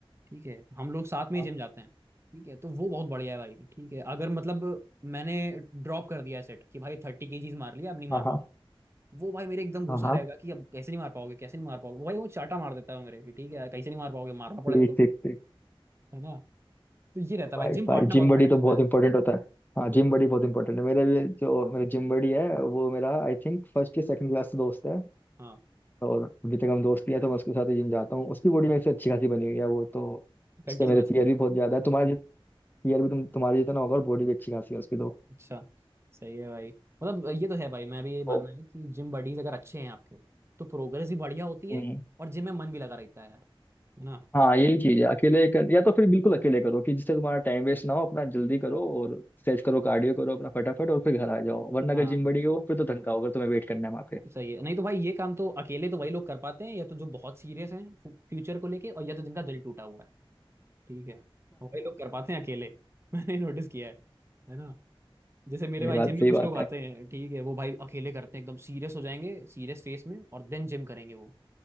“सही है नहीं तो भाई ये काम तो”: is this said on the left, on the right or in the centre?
Right